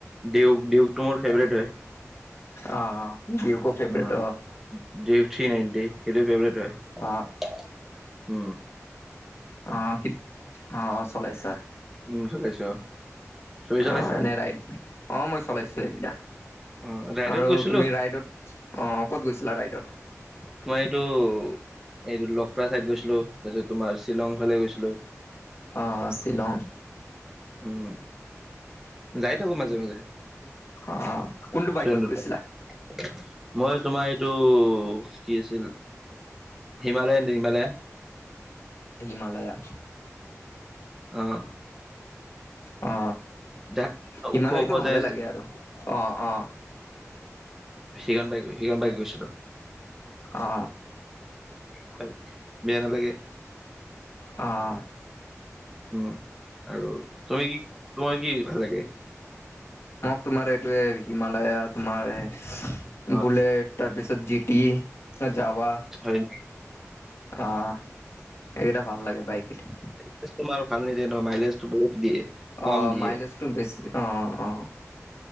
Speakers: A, in the centre; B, on the left (about 55°).
A: ডিউক ডিউকটো মোৰ ফেভৰেট হয়
B: অ অ ডিউকক ফেভৰেট
A: অ ডিউক থ্ৰি নাইনটি সেইটো ফেভৰেট হয়
B: অ
A: উ
B: অ অ কিত অ অ চলাইছা
A: উম চলাইছো তুমি চলাইছা
B: অ এনে ৰাইড। অ মই চলাইছো এইবিলাক
A: অ ৰাইডত
B: আৰু
A: গৈছিলো
B: তুমি ৰাইডত। অ ক'ত গৈছিলা ৰাইডত।
A: তোমাৰ এইটো এইটো লখৰা চাইদ গৈছিলো তাৰপিছত তোমাৰ শ্বিলং ফালে গৈছিলো।
B: অ অ শ্বিলং।
A: উম। যাই থাকো মাজে মাজে
B: অ কোনটো বাইকত
A: ফ্ৰেণ্ড
B: গৈছিলা?
A: ৰোডত। মই তোমাৰ এইটো কি আছিল হিমালয়া নিৰ্মালায়া
B: হিমালয়া
A: অঁ
B: অ
A: যাই
B: হিমালয়টো
A: ওখ ওখ
B: ভালে
A: যে
B: লাগে আৰু অ অ
A: সিগণ বাই সিগণ বাই গৈছিলো
B: অ।
A: হয় বেয়া নালাগে।
B: অঁ।
A: উম আৰু তুমি কি তোমাৰ কি ভাল লাগে।
B: মোক তোমাৰ এইটোৱে হিমালয়া তোমাৰ এ
A: অ
B: বুলেট। তাৰপিছত জিটিনং তাত যাৱা।
A: হয়নি।
B: আহ এইকেইটা ভাল লাগে বাইক কেইটা।
A: লেজ তোমাৰ ভাল নিদিয়ে ন মাইলেজো বহুত দিয়ে। কম
B: অ
A: দিয়ে
B: মাইলেজটো বেছ অ অ।